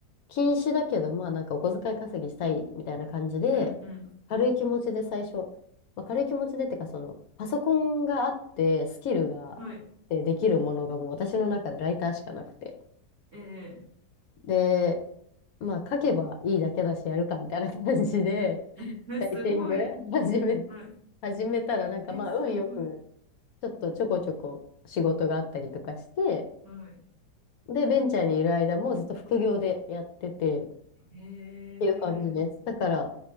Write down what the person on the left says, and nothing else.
禁止だけど、まあなんかお小遣い稼ぎしたいみたいな感じで、
軽い気持ちで最初、まあ、軽い気持ちでってか、その、パソコンがあって、スキルがあってできるものがもう私の中でライターしかなくて。
で、まあ書けばいいだけだし、やるかみたいな感じで、
ライティング
<laughs> 始め、
始めたらなんかまあ運よく、
ちょっとちょこちょこ仕事があったりとかして、
で、ベンチャーにいる間もずっと副業でやってて、
ていう感じです。だから、